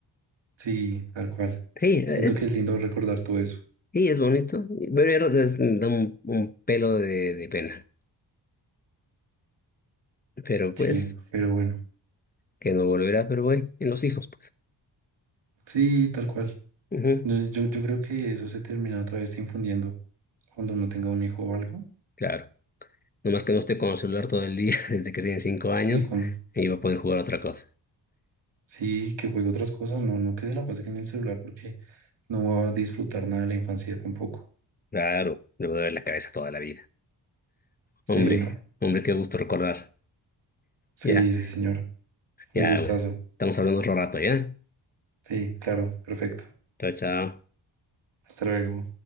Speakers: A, on the right; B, on the left.
A: sí, tal cual.
B: Sí, es
A: Siento que es lindo recordar todo eso.
B: Sí, es bonito, pero yo creo que es- da un, un pelo de, de pena. Pero
A: Sí,
B: pues,
A: pero bueno,
B: que no volverá, pero voy, en los hijos, pues.
A: sí, tal cual.
B: Ujú,
A: Yo, yo, yo creo que eso se termina otra vez infundiendo cuando uno tenga un hijo o algo.
B: claro. Nomás que no esté con el celular todo el día, <laughs> desde que tiene cinco
A: Sí,
B: años,
A: con,
B: y va a poder jugar a otra cosa.
A: sí, que juegue otras cosas, no, no que se la pase en el celular porque no va a disfrutar nada de la infancia tampoco.
B: Claro, le va a doler la cabeza toda la vida.
A: Sí,
B: Hombre,
A: no.
B: hombre, qué gusto recordar.
A: Sí,
B: Ya,
A: sí, señor.
B: ya,
A: Un gustazo.
B: pues. Estamos hablando otro rato, ¿ya?
A: Sí, claro, perfecto.
B: Chao, chao.
A: Hasta luego.